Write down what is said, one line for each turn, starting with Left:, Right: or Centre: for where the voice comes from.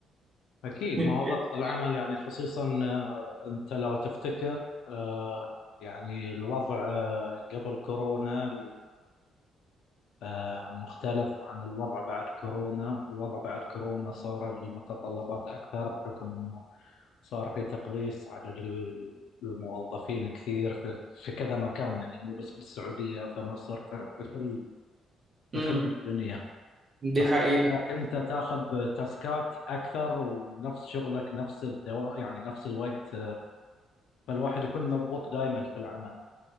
Left: أكيد
Right: <laughs>
Left: ما هو ضغط العمل يعني خصوصا آه، أنت لو تفتكر آه، يعني الوضع آه، قبل كورونا آه، مختلف عن الوضع بعد كورونا الوضع بعد كورونا صار المتطلبات أكثر بحكم أنه صار في تقليص عدد ال- الموظفين كثير في, في كذا مكان يعني مو بس بالسعودية في مصر في, في كل
Right: امم
Left: في كل الدنيا
Right: دي
Left: فصار
Right: حقيقة
Left: انك انت تاخذ تاسكات اكثر ونفس شغلك نفس الدوام يعني نفس الوقت فالواحد يكون مضغوط دائما في العمل